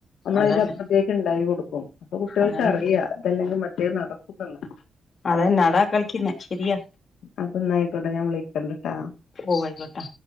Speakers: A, on the left; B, on the left.
A: നമ്മളയിന്റെ
B: അതന്നെ
A: അപ്പറത്തേക്ക് ഇണ്ടാക്കി കൊടുക്കും. അപ്പോ കുട്ട്യേൾക്കറിയാം
B: അതന്നെ
A: ഇതല്ലങ്കിൽ മറ്റേ നടക്കുന്നുള്ളത്.
B: അതന്നെ അതാ കളിക്കുന്നെ ശരിയാ.
A: അപ്പൊന്നായിക്കോട്ടെ ഞാൻ വിളിക്കണ്ടിട്ടാ
B: ഓ ആയിക്കോട്ടെ